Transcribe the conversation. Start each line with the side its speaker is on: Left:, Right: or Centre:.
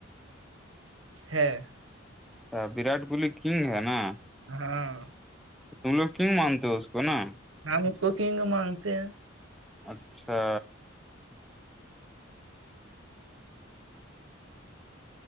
Right: ہے
Centre: ا وراٹ کوہلی کنگ ہے نا
Right: ہاں
Centre: ت لوگ کیوں مانتے اس کو نا
Right: ن اس کو کنگ مانگتے ہیں
Centre: اچھا